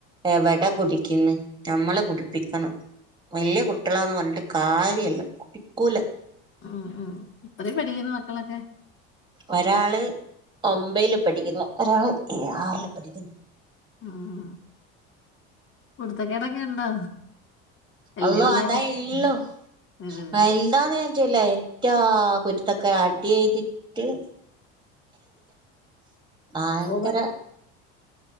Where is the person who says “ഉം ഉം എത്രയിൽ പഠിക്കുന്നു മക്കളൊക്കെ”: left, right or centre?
Left